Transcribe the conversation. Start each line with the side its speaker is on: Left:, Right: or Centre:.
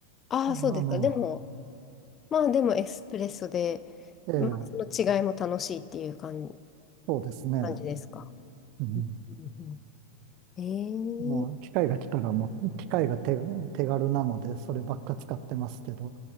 Left: ああ、
Right: あの、
Left: そうですか。でも、まあでもエスプレッソで、
Right: ええ、
Left: まあ、その違いも楽しいっていう感じ
Right: そうですね。
Left: 感じですか。
Right: うん。
Left: うんうんうんえー、
Right: もう機械が来たらもう、機械が手、手軽なので、そればっか使ってますけど、